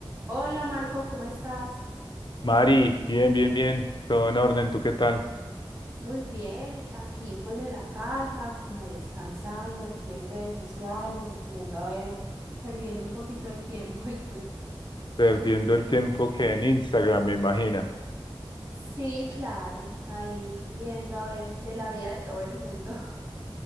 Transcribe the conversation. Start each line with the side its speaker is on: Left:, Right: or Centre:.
Right: Hola Marco, ¿cómo estás?
Left: Mari, bien, bien, bien, todo en orden, ¿tú qué tal?
Right: Muy bien, aquí pues en la casa, como descansando, aquí en redes sociales, viendo, a ver, perdiendo un poquito el tiempo. <laughs> ¿Y tú?
Left: Perdiendo el tiempo que en Instagram, me imagina.
Right: Sí, claro, ahí viendo a ver de la vida de todo el mundo.